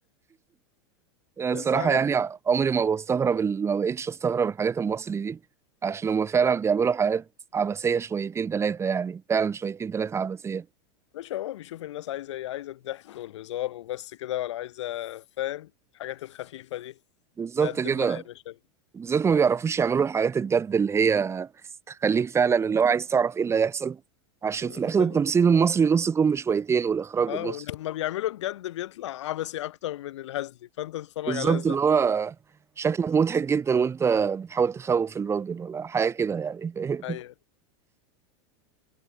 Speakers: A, on the right; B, on the left.
A: آه،
B: بس
A: الصراحه
B: حاجات
A: يعني عمري ما بستغرب ال- ما بقتش استغرب الحاجات المصري دي عشان هم فعلا بيعملوا حاجات عبثيه شويتين ثلاثه يعني فعلا شويتين ثلاثه عبثيه
B: مش هو بيشوف الناس عايزة ايه عايزة الضحك والهزار وبس كده ولا عايزة فاهم الحاجات الخفيفة دي
A: بالظبط
B: نقدم
A: كده
B: لها يا باشا
A: بالذات ما بيعرفوش يعملوا الحاجات الجد اللي هي تخليك فعلا اللي هو عايز تعرف ايه اللي هيحصل عشان
B: بتبقى-
A: في الاخر التمثيل المصري نص كم شويتين والاخراج
B: اه
A: والنص
B: ولما بيعملوا الجد بيطلع عبثي اكتر من الهزلي فانت تتفرج
A: بالظبط
B: على الهزل
A: اللي هو شكلك مضحك جدا وانت بتحاول تخوف الراجل ولا حاجه كده يعني <laughs> فاهم؟
B: ايوه